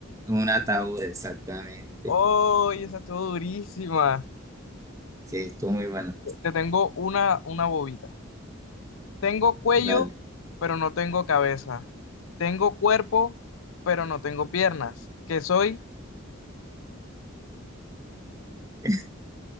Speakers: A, on the right; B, on the left.
A: Un ataúd, exactamente.
B: ¡Oh! y esa estuvo durísima.
A: Sí, estuvo muy buena.
B: Te tengo una, una bobita. Tengo cuello,
A: Dale.
B: pero no tengo cabeza. Tengo cuerpo, pero no tengo piernas. ¿Qué soy?
A: <laughs>